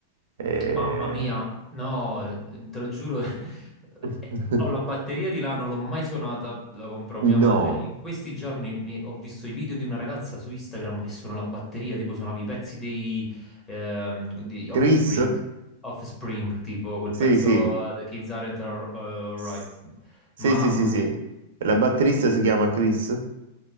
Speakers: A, on the right; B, on the left.
A: Eh,
B: Mamma mia, no, eh, te lo giuro, <laughs>
A: <laughs>
B: eh, ho la batteria di là, non l'ho mai suonata, la comprò mia madre.
A: No,
B: e In questi giorni mi- ho visto i video di una ragazza su Instagram che suona la batteria, tipo suonava i pezzi dei, ehm, di Offspring,
A: Chris?
B: Offspring, tipo quel
A: Sì,
B: pezzo
A: sì,
B: eh, The Kids Aren't Al- Alright.
A: S- Sì,
B: Mamma
A: sì, sì,
B: mia.
A: sì. La batterista si chiama Chris.